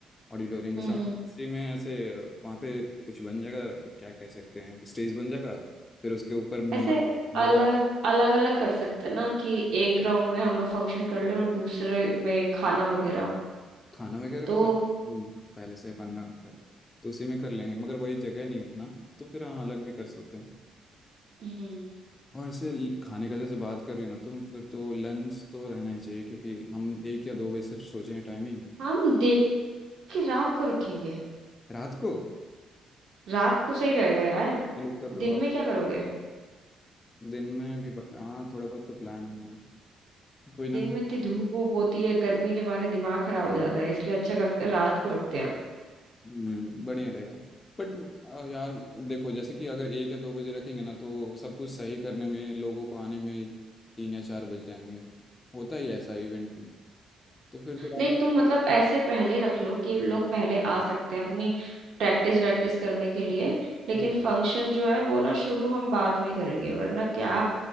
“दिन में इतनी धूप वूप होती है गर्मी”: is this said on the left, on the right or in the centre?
Right